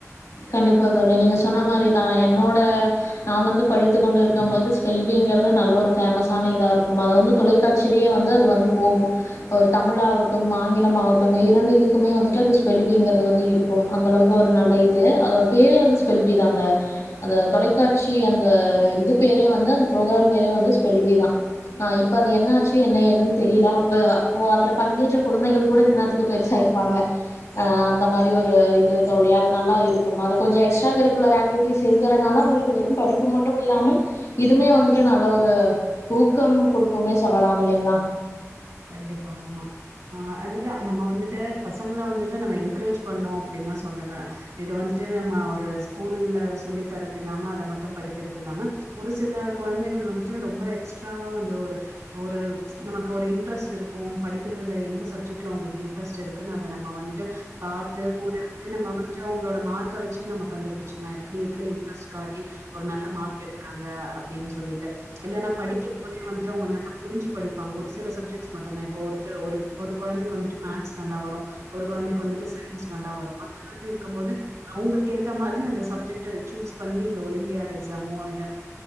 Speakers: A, on the left; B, on the right.
A: கண்டிப்பா தோழி நீங்க சொன்ன மாரிதா என்னோட நா வந்து படித்துக் கொண்டு இருக்கும் போது ஸ்பெல்பீங்கறது நல்ல ஒரு ஃபேமஸான இதா இருக்கும் அத வந்து தொலை காட்சிலயே வந்து அது வந்து போகு ஒரு தமிழ் ஆகட்டும் ஆங்கிலம் ஆகட்டும் இரண்டு இதுக்குமே வந்துட்டு அந்த ஸ்பெல்பீங்கறது வந்து இருக் அந்தளவுக்கு ஒரு நல்ல இது அதோட பேரே வந்து ஸ்பெல் பீ தாங்க அந்த தொலைக்காட்சி அந்த இது பேரே வந்து அந்த ப்ரோக்ராம் பேரே வந்து ஸ்பெல் பீ தா ஆ இப்ப அது என்னாச்சு என்ன ஏதுன் தெரில அப்ப அப்போ அதுல பங்கேற்ற குழந்தைகள் கூட இந்த நேரத்துக்கு பெருசாயிருப்பாங்க ஆ அந்த மாரி ஒரு இது தோழி அது நல்லா இருக் குமா அத கொஞ்சொ எக்ஸ்ட்ரா கரிக்குலர் ஆக்டிவிட்டிஸ் இருக்கிறனால ஒங்களுக்கு வெறு படிப்பு மட்டு இல்லாம இதுமே வந்துட்டு நல்ல ஒரு ஊக்கம் கொடுக்குனே சொல்லலாம் இல்லைங்களா
B: கண்டிப்பா ஆமா ஆ அதுதா நம்ம வந்துட்டு பசங்கள வந்துட்டு நம்ம என்கரேஜ் பண்ணோ அப்டின்னா சொல்லன இது வந்துட்டு நம்ம ஒரு ஸ்கூல்ல சொல்லி தரதில்லாம அத மட்டு படிக்கிறதில்லாம ஒரு சில கொழந்தைகள் வந்துட்டு ரொம்ப எக்ஸ்ட்ராவா வந்து ஒரு ஒரு நமக்கொரு இன் ட்ரெஸ்ட் இருக்கு படிக்கிறதுல எந்த சப்ஜெக்ட்ல அவுங்களுக்கு இன் ட்ரெஸ்ட் இருக்குன் அத நம்ம வந்துட்டு பாத்து கூடருந்து நம்ம வந்துட்டு அவுங்களோட மார்க்க வச்சு நம்ம கண்டுபுடிச்சிட்லா எப்டி இதுல இன்ட்ரெஸ்ட் காட்டி ஒரு நல்ல மார்க் எடுக்குறாங்க அப்டின் சொல்லிட்டு இல்லன்னா படிக்கும் போதே வந்துட்டு அவுங்க நல்லா புரிஞ்சு படிப்பாங்க ஒரு சில சப்ஜெக்ட் ஸ் மட்டுந்தா இப்போ ஒருத்த ஒரு ஒரு கொழந்தைக்கு வந்துட்டு மேக்ஸ் நல்லா வரு ஒரு கொழந்தைக்கு வந்துட்டு சயின்ஸ் நல்லா வரு அந்த மாத்ரி இருக்கும் போது அவுங்களுக்கு ஏத்த மாத்ரி அந்த சப்ஜெக்ட்ட சூஸ் பண்ணி இந்த ஒலிம்பியாட் எக்ஸாமோ இல்ல